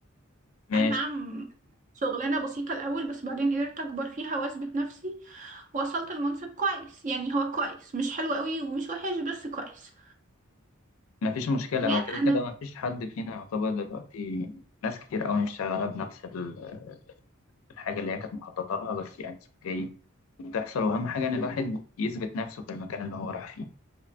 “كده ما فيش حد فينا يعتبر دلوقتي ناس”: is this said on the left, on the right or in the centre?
Left